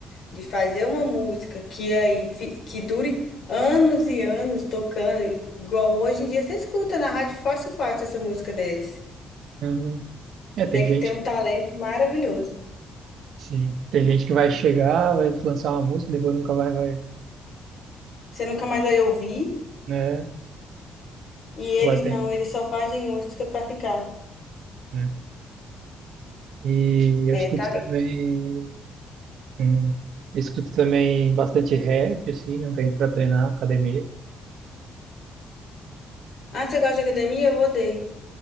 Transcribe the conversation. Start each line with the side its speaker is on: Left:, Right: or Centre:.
Left: de fazer uma música que aí fi- que dure anos e anos tocando, igual hoje em dia você escuta na rádio fácil fácil essa música deles.
Right: eu- aham. É, tem
Left: Tem que
Right: gente
Left: ter um talento
Right: que,
Left: maravilhoso.
Right: sim, tem gente que vai chegar, vai lançar uma música, depois nunca vai, vai,
Left: Você nunca mais vai ouvir,
Right: né?
Left: e eles
Right: Agora tem,
Left: não, eles só fazem música pra ficar.
Right: né? E
Left: É,
Right: eu escuto
Left: talento.
Right: também, uhum. Eu escuto também bastante rap, assim, não tem pra treinar, academia.
Left: Ah, você gosta de academia? Eu odeio.